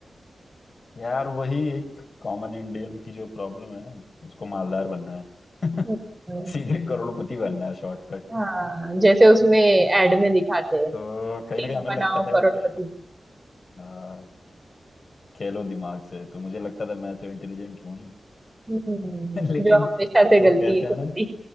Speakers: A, on the left; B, on the right.
A: यार वही एक कॉमन इंडियन की जो प्रॉब्लम है ना उसको मालदार बनना है <laughs>
B: हम्म,
A: सीधे करोड़पति बनना है शॉर्टकट
B: हाँ जैसे उसमें एड में दिखाते हैं
A: तो कहीं
B: टीम
A: ना कहीं हमें
B: बनाओ
A: भी लगता था यार
B: करोड़पति
A: कि हमारी खेलो दिमाग से तो मुझे लगता था मैं तो इंटेलिजेंट हूं ही
B: हम्म,
A: <laughs> लेकिन
B: जो हमेशा से गलती
A: वो कहते
B: है
A: हैं
B: तुम्हारी
A: ना